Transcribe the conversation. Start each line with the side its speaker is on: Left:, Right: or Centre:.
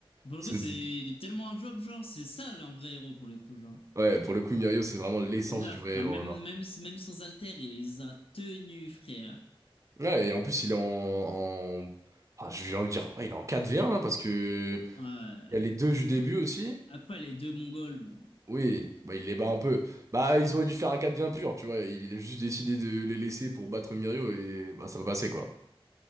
Left: Pour le
Right: C'est-
Left: coup, c'est. Il est tellement un job, genre. C'est ça, là, un vrai héros, pour le coup, genre.
Right: Ouais, pour le coup, Mirio, c'est vraiment l'essence
Left: Et là,
Right: du
Left: frère,
Right: vrai héros,
Left: même,
Right: là.
Left: même, même sans alter, il les a tenus, frère.
Right: Ouais, et en plus, il est en, en... Ah, j'ai envie de dire, ouais, il est en quatre v 1 hein, parce que
Left: Ouais.
Right: il y a les deux du début aussi.
Left: Après, les deux Mongols, bon.
Right: Oui, bah, il les bat un peu. Bah, ils auraient dû faire un 4 bien pur, tu vois. Il a juste décidé de les laisser pour battre Mirio et bah, ça va passer, quoi.